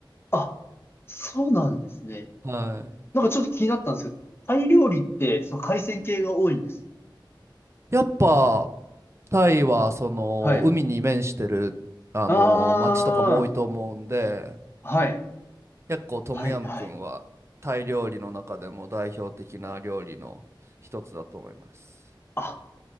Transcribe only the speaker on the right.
は
い。やっぱ、タイはその海に面してるあの町とかも多いと思うんで
結構トムヤムクンはタイ料理の中でも代表的な料理の一つだと思います